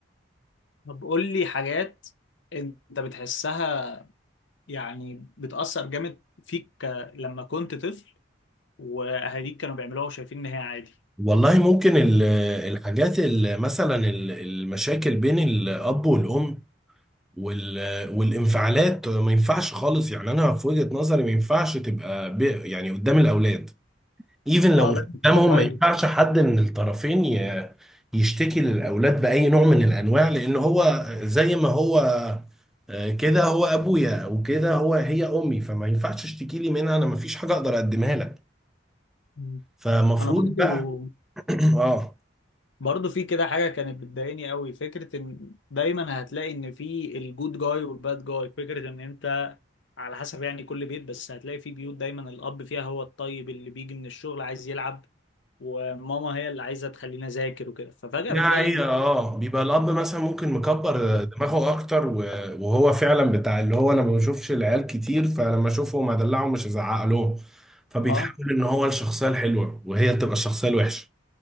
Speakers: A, on the left; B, in the centre.
A: طب قول لي حاجات انت بتحسها يعني بتأثر جامد فيك ك- لما كنت طفل واهاليك كانوا بيعملوها وشايفين ان هي عادي
B: والله ممكن ال- آه، الحاجات ال- مثلا ال- المشاكل بين الاب والام وال- آه، والانفعالات ما ينفعش خالص يعني انا في وجهة نظري ما ينفعش تبقى ب- يعني قدام الاولاد ايفن لو
A: اه لازم
B: مش قدامهم
A: تبقى برايفت
B: ما ينفعش حد من الطرفين ي- يشتكي للاولاد باي نوع من الانواع لان هو زي ما هو آه، كده هو ابويا او كده هو هي امي فما ينفعش اشتكي لي منها انا ما فيش حاجه اقدر اقدمها لك
A: مم.
B: فمفروض
A: انا برضو
B: بقى <clears throat> اه
A: برضو في كده حاجة كانت بتضايقني قوي فكرة ان دايما هتلاقي ان في الجود جاي والباد جاي فكرة ان انت على حسب يعني كل بيت بس هتلاقي في بيوت دايما الاب فيها هو الطيب اللي بيجي من الشغل عايز يلعب وماما هي اللي عايزة تخلينا ذاكر وكده ففجأة
B: دي
A: بتلاقي
B: حقيقة
A: ان
B: اه بيبقى الأب مثلا ممكن مكبر دماغه أكتر و- وهو فعلا بتاع اللي هو أنا ما بشوفش العيال كتير فلما أشوفهم أدلعهم مش هزعق لهم فبيتحول
A: اه
B: إن هو الشخصية الحلوة وهي تبقى الشخصية الوحشة